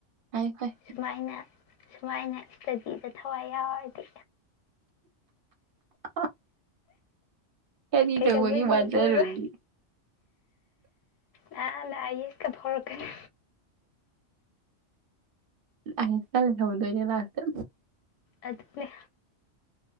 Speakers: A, on the right; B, on the left.
A: ꯍꯥꯏ ꯐꯥꯏ
B: ꯁꯨꯃꯥꯏꯅ ꯁꯨꯃꯥꯏꯅ ꯏꯁꯇꯗꯤꯗ ꯊꯋꯥꯏ ꯌꯥꯎꯔꯗꯤ
A: ꯑ ꯀꯅꯤ
B: ꯀꯩꯗꯧꯕꯩ
A: ꯇꯧꯕꯒꯤ
B: ꯃꯤ
A: ꯖꯔꯔꯣꯗꯤ
B: ꯑꯣꯏꯔꯣꯏ ꯑ ꯂꯏ ꯐꯔ ꯀꯦꯅꯦ
A: ꯑ ꯆ ꯊꯧꯗꯅꯦ ꯂꯥꯛꯁ
B: ꯑꯗꯨꯗꯅꯦ